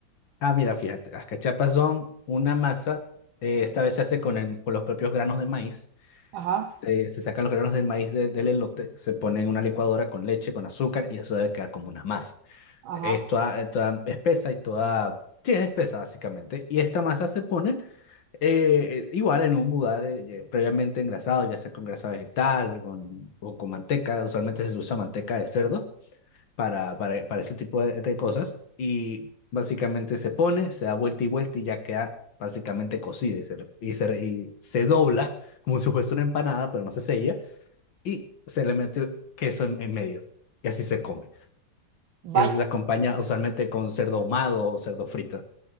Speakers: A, on the left; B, on the right.
A: Ah, mira, fíjate, las cachapas son una masa, eh, esta vez se hace con, el- con los propios granos de maíz.
B: Ajá,
A: Se, se sacan los granos del maíz de- del elote, se ponen en una licuadora con leche, con azúcar y eso debe quedar como una masa.
B: ajá.
A: Es toda, eh, toda espesa y toda... Sí, es espesa básicamente. Y esta masa se pone eh, eh, igual en un budar eh, ya previamente engrasado, ya sea con grasa vegetal con- o con manteca. Usualmente se usa manteca de cerdo para, para, para ese tipo de, de cosas y básicamente se pone, se da vuelta y vuelta y ya queda básicamente cocida y se, le- y se, y se dobla como si fuese una empanada, pero no se sella y se le mete queso en, en medio y así se come.
B: Vaya,
A: Y eso se acompaña usualmente con cerdo ahumado o cerdo frito.